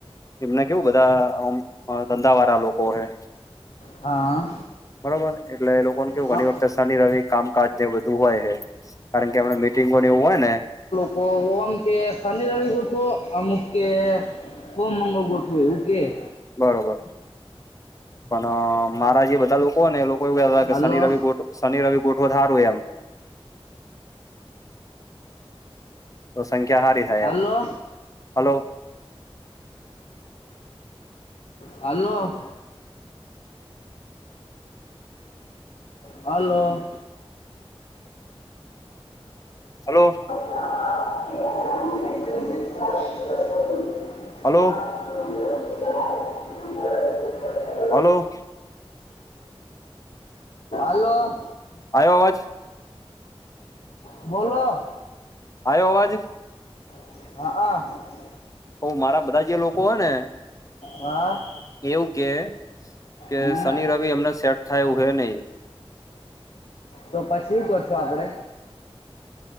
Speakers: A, on the left; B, on the left.
A: એમને કેવું બધા ધંધા વાળ લોકો હે.
B: હા.
A: બરોબર એટલે એ લોકોને કેવું
B: હા
A: ઘણી વખતે શનિ ર કામકાજ જે બધું હોય હ. કારણ કે એમને મીટિંગોને એવું હોય ને.
B: <unintelligible> ફોમ મંગળ ગોઠ હોય ઉકે.
A: બરોબર, પણ મારા જે બધા લોકો ને એ લોકો એવું
B: હાલો
A: ક શનિ રવિશનિ રવિ ગોટ વધ વધારું એમ. તો સંખ્યા સારી થાય
B: hello
A: એમ, hello.
B: Hello. Hello.
A: Hello.
B: <unintelligible> <unintelligible>
A: Hello hello.
B: Hello.
A: આવ્યો અવાજ?
B: બોલો.
A: આવ્યો અવાજ?
B: <unintelligible>
A: મારા બધા જે લોકો હોય ને.
B: હા.
A: એવું કે, કે
B: હમ.
A: શનિ રવિ એમને સેટ થાય એવું હે નહી.
B: તો પછી શ કરશું આપડે?